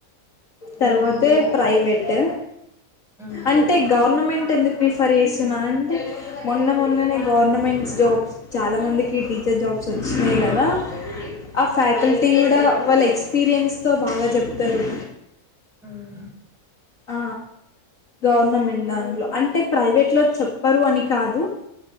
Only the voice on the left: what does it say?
తర్వాతే
ప్రైవేట్
అంటే గవర్నమెంట్ ఎందుకు ప్రిఫర్ చేస్తున్నా అంటే మొన్న మొన్ననే గవర్నమెంట్ జాబ్స్ చాలా మందికి టీ జాబ్స్ వచ్చినాయి కదా ఆ ఫ్యాకల్టీ కూడా వాళ్ళ ఎక్స్పీరియన్స్తో బాగా చెప్తారు.
ఆ గవర్నమెంట్ దాంట్లో అంటే ప్రైవేట్ లో చెప్పరు అని కాదు